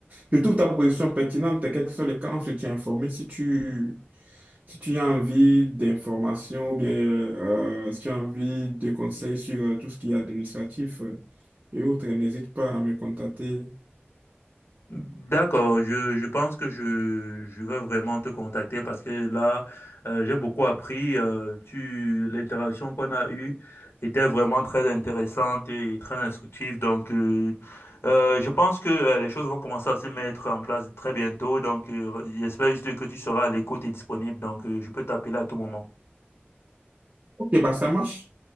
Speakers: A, on the right; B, on the left.
A: je trouve ta proposition pertinente, quel que soit le cas, on se tient informé. Si tu, si tu as envie d'informations ou bien euh, si tu as envie de conseils sur euh, tout ce qui est administratif, euh, et autres, n'hésite pas à me contacter.
B: D'accord, je, je pense que je, je vais vraiment te contacter parce que là, euh, j'ai beaucoup appris. euh, tu, l'interaction qu'on a eue était vraiment très intéressante et très instructive. Donc, euh, euh, je pense que euh, les choses vont commencer à se mettre en place très bientôt. Donc, euh, j'espère juste que tu seras à l'écoute et disponible. Donc, euh, je peux t'appeler à tout moment.
A: Ok, bah ça marche.